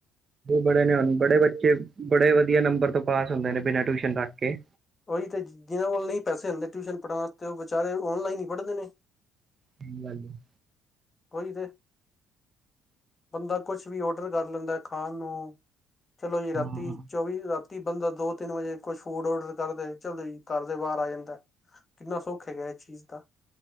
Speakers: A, on the right (about 40°); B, on the left (about 35°).
A: ਬੜੇ ਨੇ। ਹੁਣ ਬੜੇ ਬੱਚੇ, ਬੜੇ ਵਧੀਆ, ਨੰਬਰਾਂ ਤੋਂ, ਪਾਸ ਹੁੰਦੇ ਨੇ। ਬਿਨਾਂ, ਟਿਊਸ਼ਨ ਰੱਖੇ ਕੇ ।
B: ਉਹੀ ਤੇ, ਜਿਨਾਂ ਕੋਲ, ਨਹੀ ਪੈਸੇ ਹੁੰਦੇ, ਟਿਊਸ਼ਨ ਪੜਣ ਵਾਸਤੇ, ਉਹ ਬੇਚਾਰੇ ਔਨਲਾਈਨ ਹੀ, ਪੜਦੇ ਨੇ।
A: ਕੀ, ਗੱਲ ਹੈ?
B: ਉਹੀ ਬੰਦਾ ਕੁਝ ਵੀ, ਔਡਰ ਕਰ ਲੈਂਦਾ ਹੈ, ਖਾਣ ਨੂੰ। ਚਲੋ ਜੀ, ਰਾਤੀ,
A: ਹਾਂ
B: ਚੌਵੀ ਰਾ। ਬੰਦਾ ਦੋ, ਤਿੰਨ ਵਜੇ ਕੁਝ, ਫੂਡ ਆਰਡਰ ਕਰਦੇ। ਚਲੋ ਜੀ, ਘਰ ਦੇ ਬਾਹਰ ਆ ਜਾਂਦਾ ਹੈ। ਕਿੰਨਾ ਸੌਖ ਹੈਗਾ, ਇਹ ਚੀਜ਼ ਦਾ।